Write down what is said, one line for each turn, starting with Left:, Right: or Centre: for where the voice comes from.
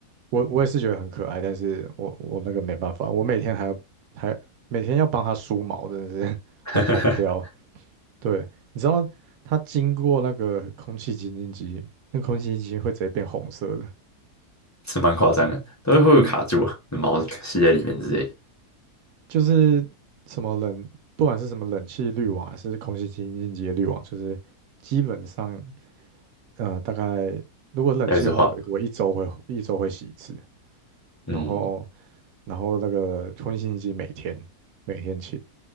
Right: 我我也是觉得很可爱，但是我我那个没办法，我每天还要还每天要帮它梳毛，真的是 <laughs>
Left: <laughs>
Right: 会疯掉。对，你知道它经过那个空气清净机，那空气清净机会直接变红色的，
Left: 是蛮夸张的，都会会卡住啊，毛吸在里面之类的
Right: 就是什么冷，不管是什么冷气滤网还是空气清净机的滤网，就是基本上呃，大概如果冷气的话，
Left: 要一直换，
Right: 我我一周会一周会洗一次，
Left: 嗯，
Right: 然后然后那个空气清新机每天每天清，